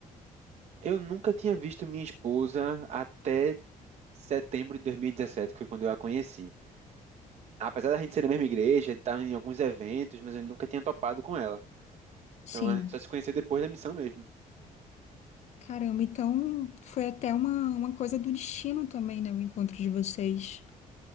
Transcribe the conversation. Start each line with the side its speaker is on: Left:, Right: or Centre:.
Right: Eu nunca tinha visto minha esposa até setembro de 2017, que foi quando eu a conheci. apesar da gente ser da mesma igreja, estar em alguns eventos, mas eu nunca tinha topado com ela.
Left: Sim.
Right: Então a gente só se conheceu depois da missão mesmo.
Left: Caramba, então foi até uma, uma coisa do destino também, né? O encontro de vocês.